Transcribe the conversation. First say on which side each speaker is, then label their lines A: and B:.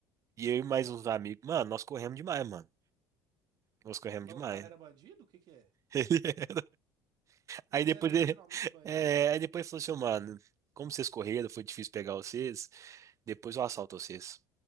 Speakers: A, on the right (about 40°); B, on the right (about 60°).
A: E eu e mais
B: Ah.
A: uns amigos, mano, nós corremos demais, mano. Nós corremos
B: Mas
A: demais.
B: o cara era bandido? O que que é?
A: <laughs>
B: Ele
A: Aí depois
B: era literalmente
A: ele, <laughs>
B: bandido?
A: é, aí depois ele falou assim, "Ô, mano, como vocês correram, foi difícil pegar vocês, depois eu assalto vocês.